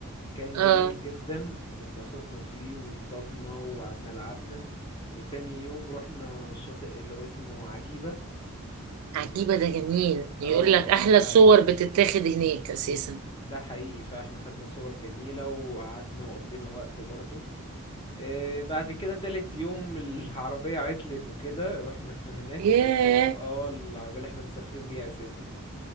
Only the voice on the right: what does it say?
اه
عجيبة ده جميل يقول
لك احلى
صور بتتاخد هناك اساسا
ياه